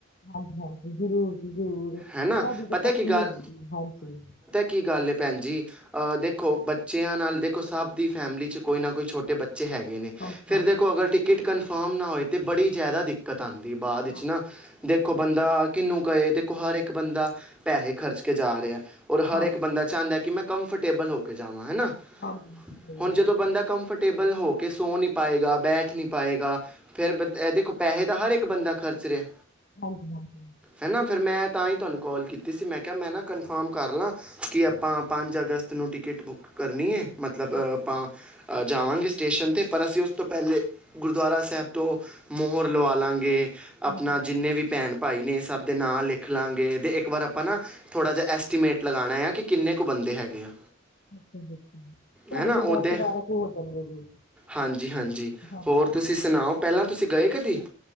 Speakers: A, on the left (about 45°); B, in the centre.
A: ਹਾਂਜੀ ਹਾਂਜੀ ਜ਼ਰੂਰ ਜੀ ਜ਼ਰੂਰ ਤੁਹਾਡੀ
B: ਹੈ ਨਾ
A: ਤਾਂ
B: ਪਤਾ
A: ਪੱਕੀ
B: ਕੀ ਗੱਲ
A: ਹੈਗੀ ਜੀ ਹਾਂਜੀ
B: ਕੀ ਗੱਲ ਭੈਣ ਜੀ ਦੇਖੋ ਬੱਚਿਆਂ ਨਾਲ ਦੇਖੋ ਸਭ ਦੀ ਫੈਮਿਲੀ 'ਚ ਕੋਈ ਨਾ ਕੋਈ ਛੋਟੇ ਬੱਚੇ ਹੈਗੇ ਨੇ
A: ਹਾਂਜੀ,
B: ਫਿਰ
A: ਹਾਂਜੀ,
B: ਦੇਖੋ ਅਗਰ ਟਿਕਟ ਕਨਫਰਮ ਨਾ ਹੋਏ ਤਾਂ ਬੜੀ ਜ਼ਿਆਦਾ ਦਿੱਕਤ ਦਿੱਕਤ ਆਉਂਦੀ ਬਾਅਦ ਵਿੱਚ
A: ਹਾਂਜੀ।
B: ਨਾ ਦੇਖੋ
A: ਸਹੀ
B: ਬੰਦਾ
A: ਗੱਲ ਹੈ,
B: ਕਿੰਨੂੰ ਕਹੇ ਦੇਖੋ ਹਰ ਇੱਕ ਬੰਦਾ ਪੈਸੇ ਖਰਚ ਕੇ ਜਾ ਰਿਹਾ ਔਰ ਹਰ
A: ਹਾਂਜੀ,
B: ਇੱਕ ਬੰਦਾ
A: ਹਾਂਜੀ,
B: ਚਾਹੁੰਦਾ ਕਿ ਮੈਂ ਕੰਫਰਟੇਬਲ ਹੋ ਕੇ ਜਾਵਾਂ ਹੈ ਨਾ
A: ਹਾਂਜੀ ਹਾਂ ਸਹੀ
B: ਹੁਣ
A: ਗੱਲ
B: ਜਦੋਂ
A: ਹੈ
B: ਬੰਦਾ
A: ਜੀ।
B: ਕੰਫਰਟੇਬਲ ਹੋ ਕੇ ਸੋ ਨੀ ਪਾਏਗਾ ਬੈਠ ਨੀ ਪਾਏਗਾ ਫੇਰ ਇਹ ਦੇਖੋ ਪੈਸੇ ਤਾਂ ਹਰ ਇੱਕ ਇੱਕ ਬੰਦਾ ਖਰਚ ਰਿਹਾ
A: ਹਾਂਜੀ ਹਾਂਜੀ
B: ਹੈ ਨਾ ਫਿਰ ਮੈਂ ਤਾਂ
A: ਅੱਛਾ
B: ਹੀ ਤੁਹਾਨੂੰ
A: ਜੀ,
B: ਕੋਲ ਕੀਤੀ ਸੀ ਮੈਂ ਕਿਹਾ ਮੈਂ ਨਾ ਕਨਫਰਮ ਕਰ ਲਾਂ ਕੀ ਆਪਾਂ ਪੰਜ ਅਗਸਤ ਨੂੰ ਟਿਕਟ ਬੁੱਕ ਕਰਨੀ ਹੈ ਮਤਲਬ ਆਪਾਂ
A: ਅੱਛਾ, ਹਾਂਜੀ,
B: ਜਾਵਾਂਗੇ ਸਟੇਸ਼ਨ ਤੇ ਪਰ ਅਸੀਂ ਉਸ ਤੋਂ ਪਹਿਲੇ ਗੁਰਦੁਆਰਾ ਸਾਹਿਬ ਤੋਂ ਮੋਹਰ ਲਵਾ ਲਾਂਗੇ
A: ਅੱਛਾ, ਹਾਂਜੀ।
B: ਆਪਣਾ ਜਿੰਨੇ ਵੀ ਭੈਣ ਭਾਈ ਨੇ ਸਭ ਦੇ ਨਾਂ ਲਿਖ ਲਾਂਗੇ ਅਤੇ ਇੱਕ ਵਾਰ ਆਪਾਂ ਨਾ ਥੋੜ੍ਹਾ ਜਿਹਾ, ਐਸਟੀਮੇਟ ਲਗਾਉਣਾ ਆ, ਕਿ ਕਿੰਨੇ ਕੁ ਬੰਦੇ ਹੈਗੇ ਆ।
A: ਤੁਹਾਡੇ
B: ਹੈ ਨਾ
A: ਤਾਂ
B: ਉਹਦੇ
A: ਦਸ ਬਾਰਾਂ ਕੁ ਹੋ ਜਾਂਣਗੇ ਜੀ,
B: ਹਾਂਜੀ ਹਾਂਜੀ
A: ਹਾਂਜੀ
B: ਹੋਰ ਤੁਸੀਂ ਸੁਣਾਓ ਪਹਿਲਾਂ ਤੁਸੀਂ ਗਏ ਕਦੀ।